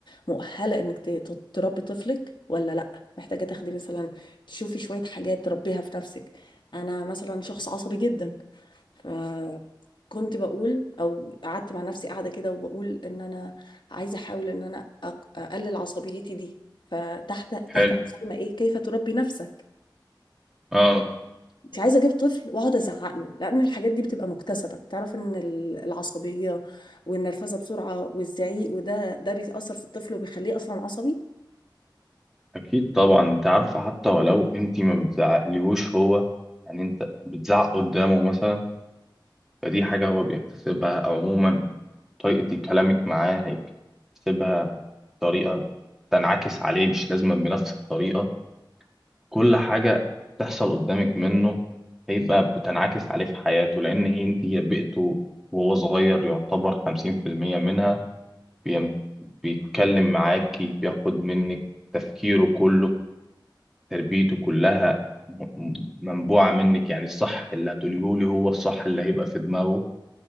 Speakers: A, on the left; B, in the centre.
A: مؤهلة إنك ت- ت- تربي طفلك ولا لا محتاجة تاخدي مثلا تشوفي شوية حاجات تربيها في نفسك أنا مثلا شخص عصبي جدا فكنت بقول او قعدت مع نفسي قاعده كده وبقول ان انا عايزه احاول ان انا أق- اقلل عصبيتي دي فتحت تحت
B: حلو
A: مسمى ايه كيف تربي نفسك
B: اه
A: انت عايزه اجيب طفل واقعد ازعق له لان الحاجات دي بتبقى مكتسبه تعرف ان ال- العصبيه والنرفزه بسرعه والزعيق وده ده بيأثر في الطفل وبيخليه اصلا عصبي
B: اكيد طبعا انت عارفة حتى ولو انت ما بتزعقليهوش هو يعني انت بتزعق قدامه مثلا فدي حاجة هو بيكتسبها أو عموما طريقة كلامك معاه هيكتسبها بطريقة تنعكس عليه مش لازم بنفس الطريقة كل حاجة بتحصل قدامك منه هيبقى بتنعكس عليه في حياته لأن هي انت هي بيئته وهو صغير يعتبر خمسين في المية منها بيم- بيتكلم معاكي بياخد منك تفكيره كله تربيته كلها م- م- منبوعة منك يعني الصح اللي هتقوليه لي هو الصح اللي هيبقى في دماغه